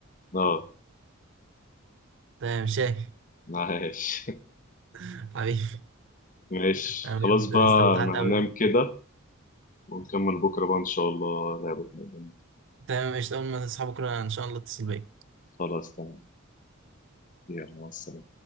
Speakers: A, on the left; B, on the right.
A: اه
B: تمام شاي
A: ماشي
B: <laughs> حبيبي
A: <laughs> ماشي
B: انا بجد
A: خلاص بقى
B: استمتعت
A: انا
B: قوي
A: هنام كده ونكمل بكره بقى ان شاء الله لعبة ميدان
B: تمام قشطة أول ما تصحابك كده إن شاء الله اتصل بيا
A: خلاص تمام يلا مع السلامه